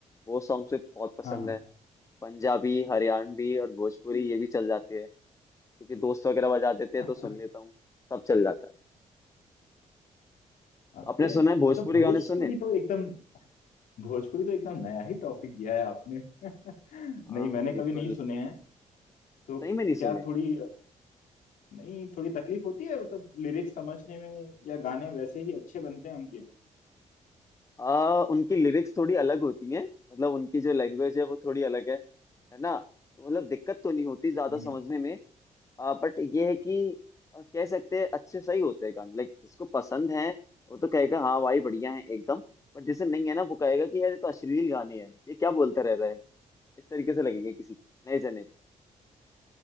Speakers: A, on the left; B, on the left.
A: वो सॉन्ग्स भी बहुत पसंद
B: हाँ हाँ
A: है पंजाबी हरियाणवी और भोजपुरी ये भी चल जाती है क्योंकि दोस्त वगैरह बजा देते हैं तो
B: <laughs>
A: सुन लेता हूँ सब चल जाता है
B: अरे
A: आपने सुना है भोजपुरी
B: मतलब भोजपुरी
A: गाने सुने
B: तो एकदम भोजपुरी तो एकदम नया ही टॉपिक दिया है आपने <laughs> नहीं
A: हाँ
B: मैंने
A: बिल्कुल
B: कभी नहीं सुने हैं तो
A: सही में नहीं
B: क्या
A: सुने
B: थोड़ी नहीं थोड़ी तकलीफ होती है मतलब लिरिक्स समझने में या गाने वैसे ही अच्छे बनते हैं उनके
A: आ, उनकी लिरिक्स थोड़ी अलग होती हैं मतलब उनकी जो लैंग्वेज है वो थोड़ी अलग है है ना तो मतलब दिक्कत तो नहीं होती ज्यादा
B: हम्म
A: समझने में आ, बट ये है कि आ, कह सकते हैं अच्छे सही होते हैं गाने लाइक जिसको पसंद है वो तो कहेगा हाँ भाई बढ़िया है एकदम बट जिसे नहीं है ना वो कहेगा कि यार ये तो अश्लील गाने हैं ये क्या बोलता रह रहा है इस तरीके से लगेगा किसी को नए जने को